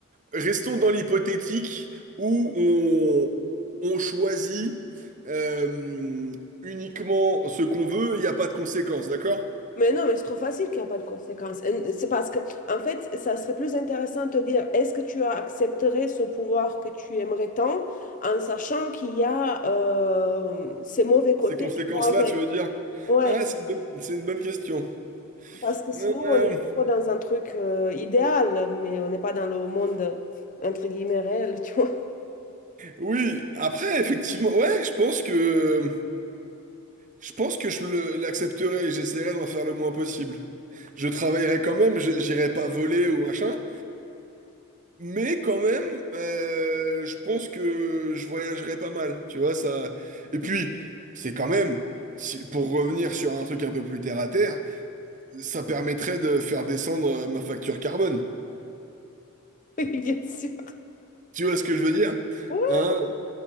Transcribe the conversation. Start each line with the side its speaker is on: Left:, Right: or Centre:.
Right: restons dans l'hypothétique où on, on choisit euh, uniquement ce qu'on veut, il n'y a pas de conséquences, d'accord?
Left: Mais non, mais c'est trop facile qu'il n'y a pas de conséquences. Et C'est parce que, en fait, ça serait plus intéressant de te dire, est-ce que tu accepterais ce pouvoir que tu aimerais tant, en sachant qu'il y a euh, ces mauvais côtés
Right: Ces conséquences-là,
Left: qui vont avec.
Right: tu veux dire?
Left: Ouais,
Right: Ah, c'est une bonne, c'est une bonne question.
Left: parce que sinon,
Right: Euh,
Left: on est trop dans un truc euh, idéal, mais on n'est pas dans le monde, entre guillemets, réel, tu vois. <laughs>
Right: oui, après, effectivement, ouais, je pense que... Je pense que je le- l'accepterai et j'essaierai d'en faire le moins possible. Je travaillerai quand même, je- j'irai pas voler ou machin, mais quand même, euh, je pense que je voyagerai pas mal, tu vois, ça. Et puis, c'est quand même, si- pour revenir sur un truc un peu plus terre à terre, ça permettrait de faire descendre euh, ma facture carbone.
Left: Oui, bien sûr.
Right: Tu vois ce que je veux dire?
Left: Ouais.
Right: Hein?